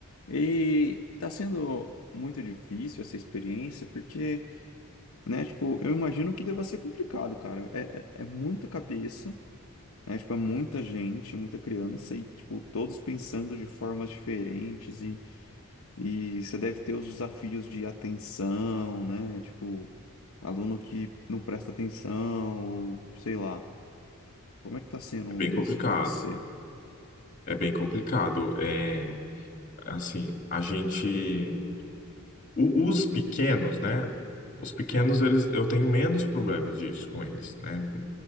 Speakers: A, on the left; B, on the left.
A: E tá sendo muito difícil essa experiência, porque Né? Tipo, eu imagino que deva ser complicado, cara. É, é é muita cabeça, né? Tipo, é muita gente, muita criança e, tipo, todos pensando de formas diferentes e, e você deve ter os desafios de atenção, né? Tipo, aluno que não presta atenção, ou sei lá. Como é que tá sendo
B: Bem complicado.
A: isso pra você?
B: É bem complicado. É, assim, a gente. o- os pequenos, né? Os pequenos, eles, eu tenho menos problemas disso com eles, né?